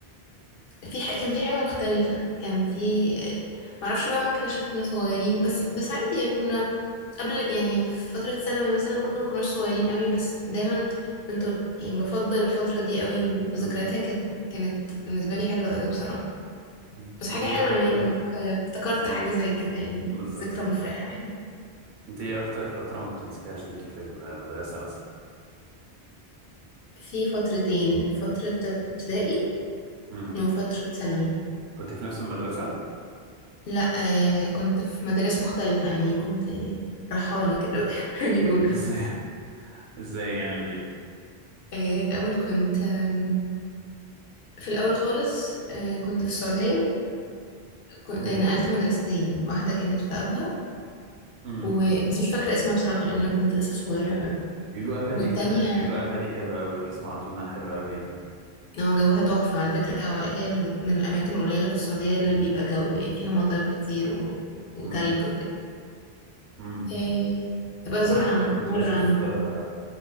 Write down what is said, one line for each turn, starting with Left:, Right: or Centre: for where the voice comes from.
Left: في ح... كان في حاجة مختلفة كان في معرفش بقى ممكن عشان كنا صغيرين بس بس عادي يعني كنا قبل يعني في فترة ثانوي مثلا برضو ما كناش صغيرين قوي بس دايما كنت ب- يعني بفضل الفترة دي قوي وذكرياتها
Right: مم.
Left: كانت كانت بالنسبة لي حلوة قوي بصراحة
Right: مم.
Left: بس حاجة
Right: انت ايه
Left: حلوة
Right: اكتر
Left: يعني انك افتكرت
Right: مم.
Left: حاجة زي كده يعني
Right: بالظبط
Left: ذكرى مفرحة يعني
Right: انت ايه اكتر فترة ما بتنسيهاش فيكي في المدرسة مثلا
Left: في فترتين فترة ابتدائي
Right: مم.
Left: وفترة ثانوي
Right: كنت في نفس المدرسة <laughs>
Left: لا آه كنت في مدارس مختلفة يعني كنت رحالة كده <laughs> بيقولوا
Right: ازاي ازاي يعني قوليلي
Left: آه الأول كنت آم، في الأول خالص آه كنت في السعودية كنت
Right: مم.
Left: آه، نقلت مدرستين واحدة كانت في أبها
Right: مم.
Left: و... بس مش فاكرة اسمها بصراحة لأن أنا كنت لسه صغيرة أوي.
Right: بيقولوا ابها
Left: والتانية
Right: دي كان آه، بيقولوا ابها دي حلوة قوي بسمع انها حلوة قوي يعني
Left: اه جوها تحفة على فكرة هو- هي ال- من الأماكن القليلة في السعودية اللي بيبقى جو يعني فيها مطر كتير و... وتلج
Right: مم.
Left: وكده
Right: مم.
Left: إيه... أبقى أزورها
Right: صح كنت
Left: مرة
Right: بشوف
Left: عامة
Right: آه،